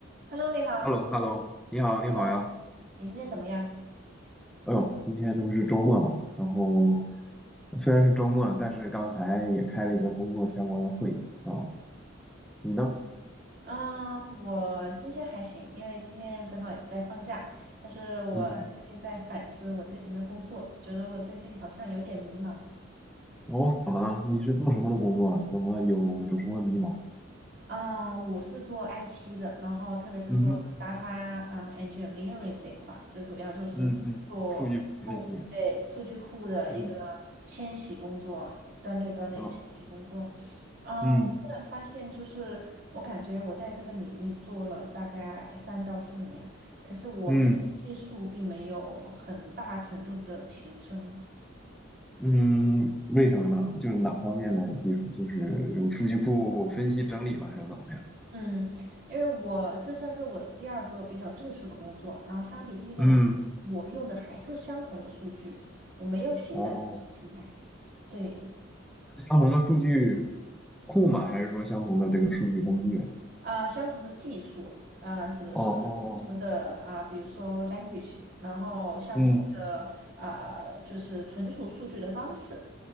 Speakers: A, on the right; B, in the centre.
A: Hello，你好。
B: h e l l o h e l l o 你好，你好呀。
A: Hello，你今天怎么样？
B: 哎呦，今天这不是周末嘛，然后虽然是周末，但是刚才也开了一个工作相关的会议啊。你呢？
A: 啊、我今天还行，因为今天正好也在放假。但是我最近在反思我最近的工作，
B: 嗯，
A: 觉得我最近好像有点迷茫。
B: 哦，怎么了？你是做什么的工作啊？怎么有有什么迷茫？
A: 嗯，我是做 IT 的，然后特别是做
B: 嗯哼，
A: data 啊、engineering 这一块儿，就主要就是
B: 嗯嗯，数据分析。
A: 工，对，数据库的一个迁徙工作，
B: 嗯
A: 端对端的一个迁徙工作。
B: 啊，
A: 啊、
B: 嗯
A: 我忽然发现，就是我感觉我在这个领域做了大概三到四年，可是我的技术并没有很大程度的提升。
B: 嗯嗯，为什么呢？就是哪方面的技术？就是这种数据库分析整理吧，还是怎么样？
A: 嗯，因为我这算是我的第二个比较正式的工作，然后相比第一个而言，
B: 嗯，
A: 我用的还是相同的数据，我没有新的知识进来。
B: 哦。
A: 对。
B: 相同的数据库吗？还是说相同的这个数据工具？
A: 啊、相同的技术，啊、指的是相同的啊、
B: 哦，哦哦，
A: 比如说 language，然后相同的啊、
B: 嗯
A: 就是存储数据的方式，